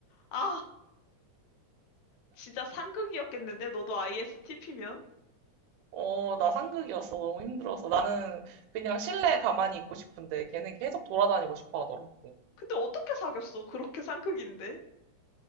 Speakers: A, on the left (about 75°); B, on the right (about 85°).
A: 아, 진짜 상극이었겠는데 너도 ISTP면?
B: 어, 나 상극이었어. 너무 힘들어서. 나는 그냥 실내에 가만히 있고 싶은데 걔는 계속 돌아다니고 싶어 하더라고.
A: 근데 어떻게 사귀었어? 그렇게 상극인데.